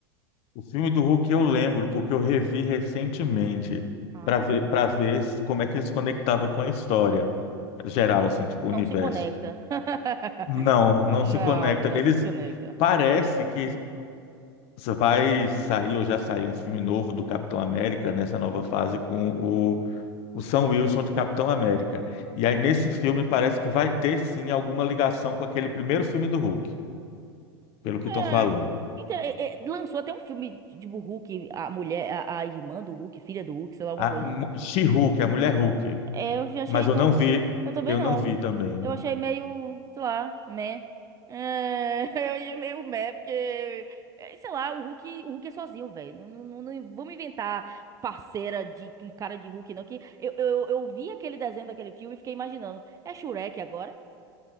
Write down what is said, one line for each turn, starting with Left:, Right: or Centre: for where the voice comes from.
Left: O filme do Hulk eu lembro, porque eu revi recentemente
Right: Ah,
Left: para ver, para ver se- como é que ele se conectava com a história geral, assim, tipo,
Right: Não
Left: o universo.
Right: se conecta. <laughs>
Left: Não, não
Right: Não,
Left: se conecta.
Right: não
Left: Eles
Right: se conecta.
Left: parece que vai sair ou já saiu um filme novo do Capitão América nessa nova fase com o, o Sam Wilson de Capitão América. E aí nesse filme parece que vai ter sim alguma ligação com aquele primeiro filme do Hulk, pelo que
Right: É.
Left: estão falando.
Right: Então, é- é, lançou até um filme de- tipo Hulk, a mulher, a, a irmã do Hulk, filha do Hulk, sei lá, alguma
Left: A
Right: coisa
Left: mu-
Right: assim.
Left: She-Hulk, a mulher Hulk,
Right: É, eu achei
Left: mas eu
Right: tão.
Left: não vi,
Right: Eu também
Left: eu
Right: não.
Left: não vi também.
Right: Eu achei meio, sei lá, meh. É, <laughs> eu achei meio meh, porque, é, sei lá, o Hulk, o Hulk é sozinho, velho. Não, não, não, não vamos inventar parceira de com cara de Hulk, não. Que eu, eu, eu vi aquele desenho daquele filme e fiquei imaginando. É Shurek agora?